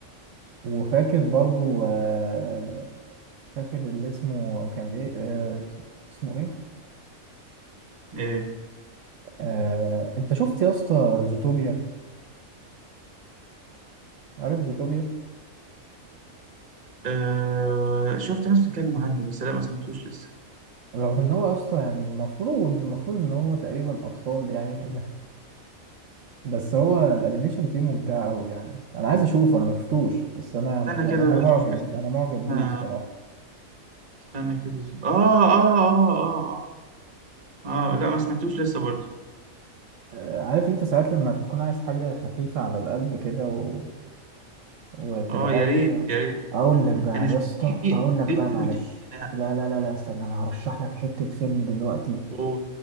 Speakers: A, on the right; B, on the right.
A: وفاكر برضو آه، فاكر اللي اسمه كان ايه آه، اسمه إيه؟
B: ايه
A: آه، انت شفت يا اسطى زوتوبيا عارف زوتوبيا
B: آه شفت ناس بتتكلم عنه بس لا ما سمعتوش لسه
A: رغم ان هو يا اسطى يعني المفروض المفروض ان هو تقريبا اطفال يعني <laughs> بس هو الانيميشن فيه ممتع قوي يعني انا عايز اشوفه انا ما شفتوش بس انا
B: استنى
A: يعني
B: كده
A: انا معجب
B: اشوف اسمه
A: انا
B: كده
A: معجب بيه
B: آه،
A: الصراحه
B: استنى كده اشوف اه اه اه اه اه اه لا ما سمعتوش لسه برضه
A: آه، عارف انت ساعات لما تكون عايز حاجه خفيفه على القلب كده و... وتبقى
B: اه
A: قاعد
B: يا
A: كده
B: ريت يا ريت
A: اقول لك بقى
B: انا في
A: يا اسطى
B: في في
A: اقول لك
B: في
A: بقى
B: فيلم
A: معلش
B: أجنبي انا
A: لا لا لا لا استنى انا هرشح لك حته فيلم دلوقتي
B: اوه